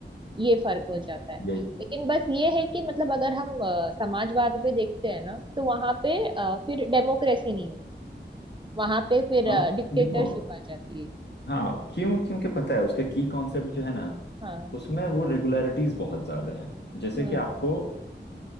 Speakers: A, on the right; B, on the left.
A: ये फर्क हो जाता है
B: यही
A: लेकिन बस ये है कि मतलब अगर हम अ, समाजवाद पे देखते हैं ना तो वहां पे अ, फिर डेमोक्रेसी नहीं है वहां पे फिर
B: और
A: डिक्टेटरशिप
B: देखो
A: आ जाती है
B: हाँ क्यों क्योंकि पता है उसका की कॉन्सेप्ट जो है ना
A: हाँ
B: उसमें वो रेगुलरिटीज बहुत ज्यादा है जैसे
A: हम्म
B: कि आपको अ,